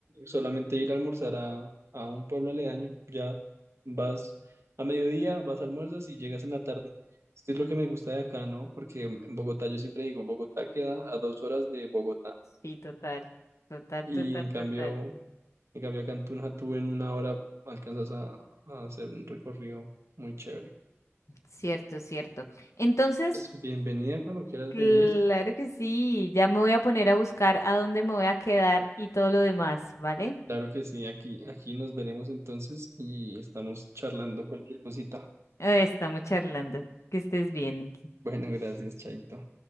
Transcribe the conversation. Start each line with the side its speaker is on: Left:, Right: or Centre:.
Right: Solamente ir a almorzar a, a un pueblo aledaño, ya vas a mediodía, vas a almuerzas y llegas en la tarde. Esto es lo que me gusta de acá, ¿no? Porque en Bogotá yo siempre digo, Bogotá queda a dos horas de Bogotá
Left: Sí, total, total,
Right: y
Left: total,
Right: en cambio,
Left: total.
Right: en cambio acá en Tunja tú en una hora alcanzas a a hacer un recorrido muy chévere.
Left: Cierto, cierto. Entonces,
Right: Pues, Bienvenida cuando quieras
Left: claro
Right: venir.
Left: que sí, ya me voy a poner a buscar a dónde me voy a quedar y todo lo demás, ¿vale?
Right: Claro que sí, aquí, aquí nos veremos entonces y estamos charlando cualquier cosita.
Left: Eh, Estamos charlando. Que estés bien.
Right: Bueno, gracias, Chaito.